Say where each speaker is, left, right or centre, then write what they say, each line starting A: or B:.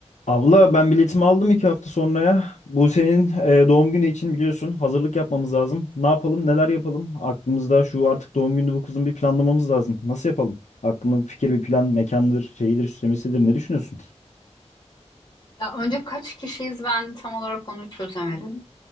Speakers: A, on the left (about 80°); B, on the left (about 35°).
A: Abla ben biletimi aldım iki hafta sonraya. Bu senin e, doğum günü için biliyorsun hazırlık yapmamız lazım. Ne yapalım, neler yapalım? Aklımızda şu artık doğum günü bu kızın bir planlamamız lazım. Nasıl yapalım? Aklında bir fikir, bir plan, mekandır, şeyidir, süslemesidir. Ne düşünüyorsun?
B: Ya önce kaç kişiyiz ben tam olarak onu çözemedim.